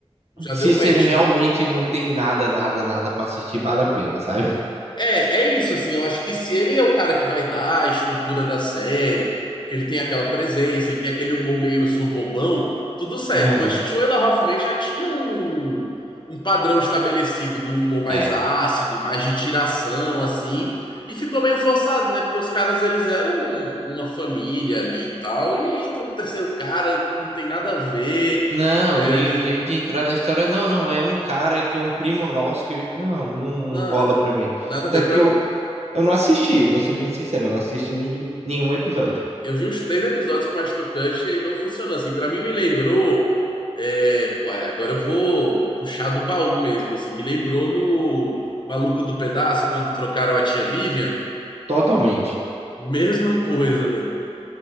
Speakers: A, on the left; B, on the right.
A: Já
B: se
A: deu
B: você
A: match,
B: realmente
A: né?
B: não tem nada, nada, nada pra assistir, vale a pena, sabe?
A: É, é isso, assim, eu acho que se ele é o cara que vai dar a estrutura da série, porque ele tem aquela presença, ele tem aquele humor meio eu sou bobão, tudo certo,
B: Uhum.
A: mas Two and a Half Men já tinha um, um padrão estabelecido do humor mais
B: É.
A: ácido, mais de tiração, assim, e ficou meio forçado, né? Porque os caras, eles eram uma família ali e tal, e aí entra um terceiro cara, não tem nada a ver,
B: Não,
A: é,
B: e o jeito de entrar na história, não, não, é um cara que é um primo nosso que. Não, não
A: na-
B: rola pra mim.
A: nada a
B: Tanto
A: ver. Pra
B: que eu, eu não assisti, vou ser bem sincero, eu não assisti nem, nenhum episódio.
A: Eu vi os três episódios com a Estocante e não funcionou. Assim, pra mim me lembrou. é, pô, agora eu vou puxar do baú mesmo, assim. Me lembrou no Maluco do Pedaço, quando trocaram a tia Vivian.
B: Totalmente,
A: Mesma coisa, velho.